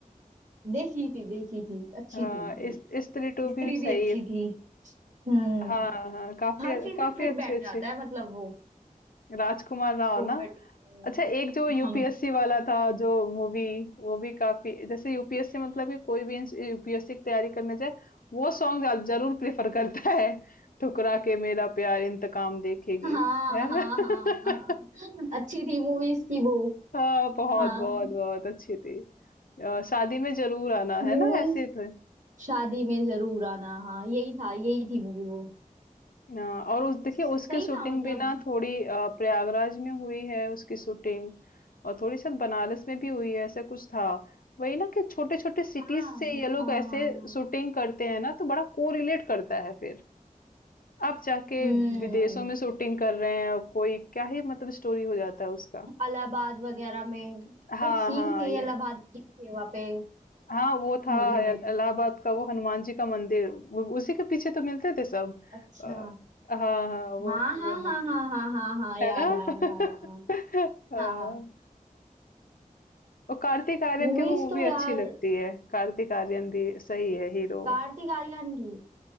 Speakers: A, on the right; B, on the left.
A: देखी थी देखी थी अच्छी
B: हाँ
A: थी मूवी
B: इस- स्त्री टू
A: स्त्री
B: भी
A: भी
B: सही
A: अच्छी थी हम्म
B: हाँ, हाँ, काफ़ी
A: हर चीज में
B: काफ़ी
A: फिट
B: अच्छी-अच्छी
A: बैठ जाता है मतलब वो
B: राजकुमार राव
A: कॉमेडी
B: ना?
A: में
B: अच्छा एक जो यूपीएससी
A: हम
B: वाला था जो मूवी वो भी काफ़ी जैसे यूपीएससी मतलब कि कोई भी इंस यूपीएससी की तैयारी करने जाए वो सॉन्ग ज ज़रूर प्रेफ़र करता है, ठुकरा के मेरा प्यार इंतकाम देखेगी।
A: <laughs> हाँ
B: हैं?
A: हाँ
B: <laughs>
A: हाँ हाँ अच्छी थी मूवीज की वो
B: हाँ, बहुत,
A: हाँ
B: बहुत, बहुत अच्छी थी। अ, शादी में ज़रूर आना,
A: मूवी
B: है ना? ऐसे थे
A: शादी में जरूर आना हाँ यही था यही थी मूवी वो
B: अ, और उस देखिए
A: सही
B: उसकी शूटिंग
A: था मतलब
B: भी ना थोड़ी अ, प्रयागराज में हुई है उसकी शूटिंग और थोड़ी शायद बनारस में भी हुई है ऐसा कुछ था वही ना कि छोटे छोटे सिटीज
A: हाँ
B: से ये लोग
A: हाँ
B: ऐसे
A: हाँ हाँ
B: शूटिंग करते हैं ना तो बड़ा कोरिलेट करता है फिर आप जाके
A: हम्म
B: विदेशों में शूटिंग कर रहे हैं और कोई क्या ही मतलब स्टोरी हो जाता है उसका
A: इलाहाबाद वगैरह में
B: हाँ
A: कुछ सीन
B: हाँ
A: थे
B: ये
A: इलाहाबाद की भी थे वहां पे
B: हाँ वो था
A: मूवी में
B: इल- इलाहाबाद का वो हनुमान जी का मंदिर वो- उसी के पीछे तो मिलते थे सब
A: अच्छा
B: अ, हाँ हाँ वो
A: हाँ
B: वो
A: हाँ हाँ
B: है
A: हाँ हाँ हाँ हाँ याद
B: है ना
A: आया याद आया
B: <laughs> हाँ,
A: हाँ
B: और कार्तिक आर्यन
A: मूवीज
B: की भी मूवी
A: तो यार
B: अच्छी लगती है कार्तिक आर्यन भी सही है हीरो
A: कार्तिक आर्यन की